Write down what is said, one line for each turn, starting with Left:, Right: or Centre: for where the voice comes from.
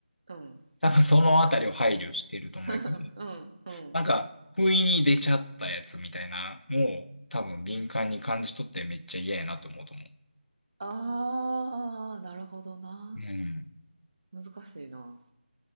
Right: うん
Left: 多分そのあたりを配慮してると思うけど、
Right: <laughs>、うん、うん。
Left: なんか、不意に出ちゃったやつみたいな、もう多分敏感に感じ取ってめっちゃ嫌やなと思うと思
Right: ああ、なるほどな。
Left: う。うん。
Right: 難しいな。